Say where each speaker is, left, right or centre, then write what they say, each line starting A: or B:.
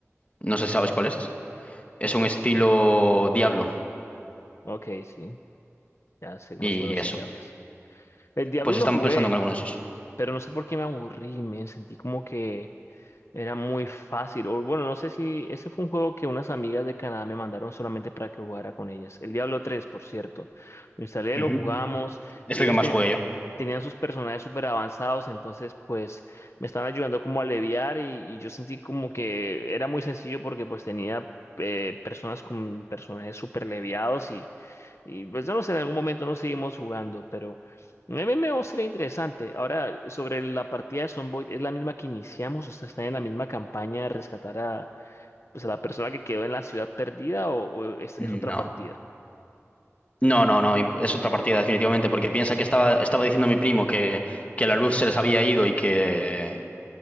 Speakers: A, on the left; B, on the left.
A: No sé si sabes cuál es. Es un estilo Diablo
B: Ok, sí, ya sé más
A: y
B: o menos
A: eso.
B: de qué hablas. El Diablo
A: Pues
B: lo
A: estamos
B: jugué,
A: pensando en alguno de esos.
B: pero no sé por qué me aburrí, me sentí como que era muy fácil. O bueno, no sé si ese fue un juego que unas amigas de Canadá me mandaron solamente para que jugara con ellas. El Diablo 3, por cierto. Lo instalé,
A: Ujú.
B: lo jugamos
A: Es
B: y
A: el
B: ellos,
A: que más
B: ten-
A: jugué yo.
B: tenían sus personajes súper avanzados, entonces pues me estaban ayudando como a aliviar y, y yo sentí como que era muy sencillo porque pues tenía eh, personas con personajes súper leviados y, y pues no lo sé, en algún momento nos seguimos jugando, pero MMO sería interesante. Ahora, sobre la partida de Sonboy, ¿es la misma que iniciamos? O sea, ¿están en la misma campaña de rescatar a, pues, a la persona que quedó en la ciudad perdida o, o es, es
A: No.
B: otra partida?
A: No, no, no, imp- es otra partida definitivamente, porque piensa que estaba, estaba diciendo mi primo que, que la luz se les había ido y que,